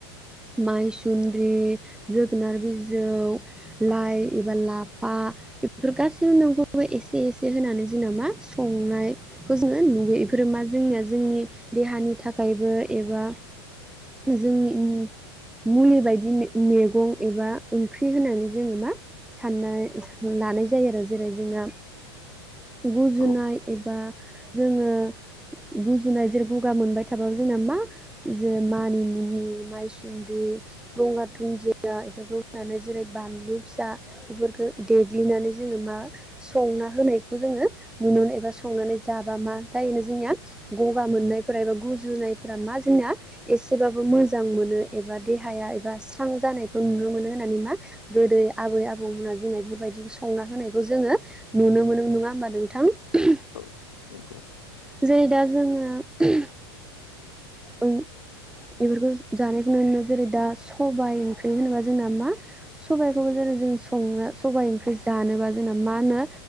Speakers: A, in the centre; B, on the left (about 70°).
A: माइसुन्द्रि जोगोनार बिजौ लाइ एबा लाफा बेफोर गासैबो मैगंखौबो एसे एसे होनानै जोंना मा संनायखौ जोंङो नुयो बेफोरो मा जोंनिया जोंनि देहानि थाखायबो एबा जोंनि उम मुलि बायदि मे-मैगं एबा ओंख्रि होननानै जोङो मा साननानै लानाय जायो आरो जेरै जोंना गुजुनाय
B: औ
A: एबा जोङो गुजुनाय जेरै गगा मोनबाय थाबाबो जोंना मा जे मानिमुनि माइसुुन <unintelligible> गंगार दुन्दिया बेफोरखौ होनानै जेरै बानलु फिसा बेफोरखौ देग्लिनानै जोङो मा संना होनायखौ जोङो नुयो एबा संनानै जाबा मा जायोनो जोंनिया गगा मोननायफोरा एबा गुजुनायफोरा मा जोंनिया एसेबाबो मोजां मोनो। एबा देहाया एबा स्रां जानायखौ नुनो मोनो होननानै मा गोदो आबै आबौमोना जोंना बेफोरबायदि संना होनायखौ जोङो नुनो मोनो, नङा होमबा नोंथां?
B: औ नंगौ
A: जेरै दा जोङो <unintelligible> ओं इफोरखौ जानायखौ नुनो मोनो जेरै दा सबाय ओंख्रि होनोबा जोंना मा सबायखौबो जेरै जों संनो सबाय ओंख्रि जानोबा जोंना मा होनो